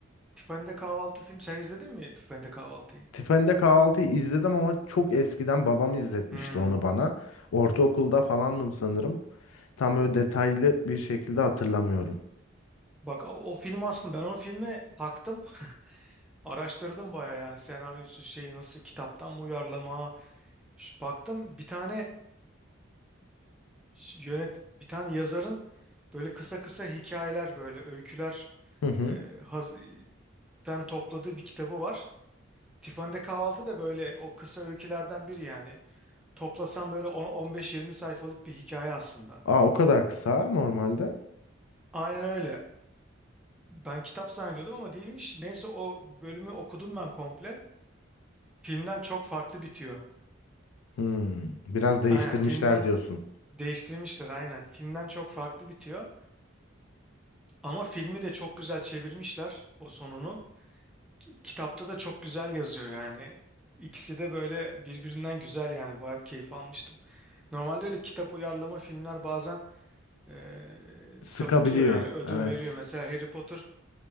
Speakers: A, in the centre; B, on the left (about 85°).
A: Tiffany'de kahvaltı film sen izledin mi Tiffany'de kahvaltıyı?
B: Tiffany'de Kahvaltı'yı izledim ama çok eskiden babam izletmişti
A: Hmm.
B: onu bana. Ortaokulda falandım sanırım. Tam böyle detaylı bir şekilde hatırlamıyorum.
A: Bak o, o film aslında ben o filme taktım. <laughs> Araştırdım baya yani senaryosu şeyi nasıl kitaptan mı uyarlama Ş- baktım bir tane yönet bir tane yazarın böyle kısa kısa hikayeler böyle öyküler
B: Hı hı.
A: e, haz- den topladığı bir kitabı var. Tiffany'de Kahvaltı da böyle o kısa öykülerden biri yani. Toplasam böyle 10-15-20 sayfalık bir hikaye aslında.
B: Aa o kadar kısa normalde.
A: Aynen öyle. Ben kitap zannediyordum ama değilmiş. Neyse o bölümü okudum ben komple. Filmden çok farklı bitiyor.
B: Hmm, biraz değiştirmişler
A: Aynen filmden
B: diyorsun.
A: değiştirmişler aynen. Filmden çok farklı bitiyor. Ama filmi de çok güzel çevirmişler o sonunu. Kitapta da çok güzel yazıyor yani. İkisi de böyle birbirinden güzel yani. Bayağı bir keyif almıştım. Normalde öyle kitap uyarlama filmler bazen eee,
B: Sıkabiliyor.
A: sapıtıyor yani ödün
B: Evet.
A: veriyor. Mesela Harry Potter